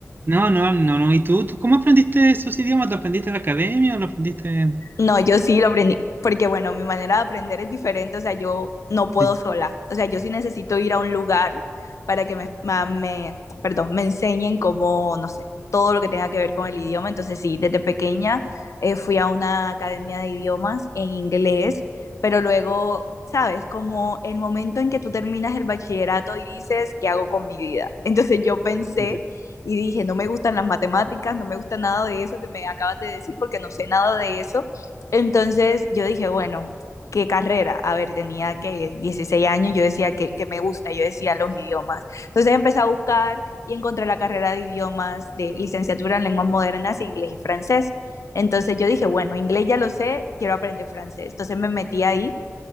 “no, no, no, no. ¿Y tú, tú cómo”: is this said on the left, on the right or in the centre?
Right